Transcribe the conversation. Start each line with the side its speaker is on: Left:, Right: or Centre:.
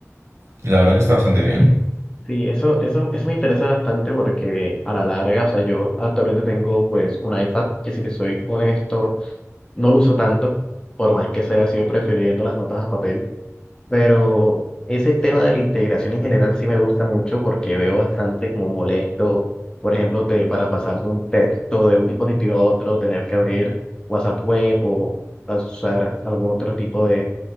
Right: Y la verdad que está bastante bien.
Left: Sí, eso, eso, eso me interesa bastante porque a la larga, o sea, yo actualmente tengo pues un iPad que si te soy honesto, no lo uso tanto, por más que se haya sido prefiriendo las notas a papel. Pero ese tema de la integración en general sí me gusta mucho porque veo bastante como molesto, por ejemplo, te- para pasar de un texto de un dispositivo a otro, tener que abrir WhatsApp Web o usar algún otro tipo de,